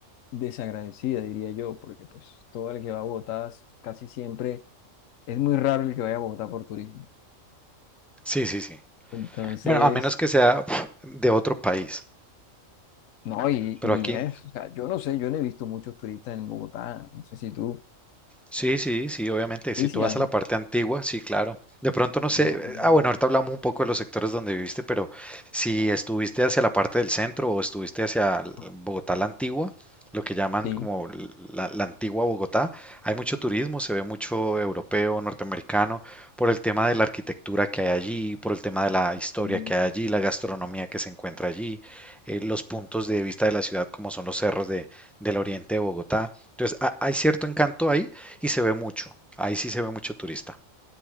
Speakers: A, on the left; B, in the centre.
A: desagradecidas, diría yo, porque pues todo el que va a Bogotá s- casi siempre es muy raro el que vaya a Bogotá por turismo.
B: Sí, sí, sí.
A: Entonces,
B: Bueno, a menos que sea uf, de otro país.
A: no, y,
B: Pero
A: y ni
B: aquí,
A: es, o sea, yo no sé, yo no he visto muchos turistas en Bogotá, no sé si tú,
B: Sí, sí, sí, obviamente. Si
A: sí, sí
B: tú vas
A: hay,
B: a la parte antigua, sí, claro. De pronto no sé,
A: no,
B: eh, ah,
A: no,
B: bueno, ahorita hablamos un poco de los sectores donde viviste, pero si estuviste hacia la parte del centro o estuviste hacia l-
A: no.
B: Bogotá la antigua, lo que llaman
A: sí.
B: como l- la, la antigua Bogotá, hay mucho turismo, se ve mucho europeo, norteamericano, por el tema de la arquitectura que hay allí, por el tema de la historia
A: Mm.
B: que hay allí, la gastronomía que se encuentra allí, eh, los puntos de vista de la ciudad como son los cerros de, del oriente de Bogotá. Entonces, ha- hay cierto encanto ahí y se ve mucho. Ahí sí se ve mucho turista.